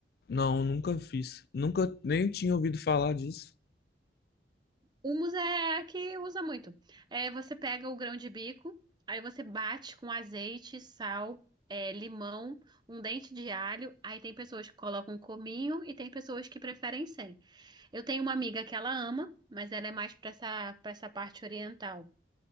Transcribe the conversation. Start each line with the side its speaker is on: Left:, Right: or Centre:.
Left: não, nunca fiz. Nunca nem tinha ouvido falar disso.
Right: Hummus é a que usa muito. É, você pega o grão de bico, aí você bate com azeite, sal, é, limão, um dente de alho. Aí tem pessoas que colocam um cominho e tem pessoas que preferem sem. Eu tenho uma amiga que ela ama, mas ela é mais para essa, para essa parte oriental.